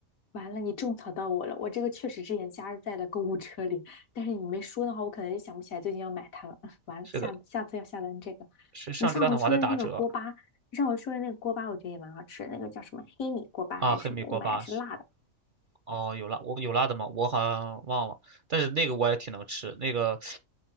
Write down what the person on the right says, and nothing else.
是的，
是上周大统华在打折
啊，黑米锅巴是。
哦，有辣，我有辣的吗？我好像忘了，但是那个我也挺能吃，那个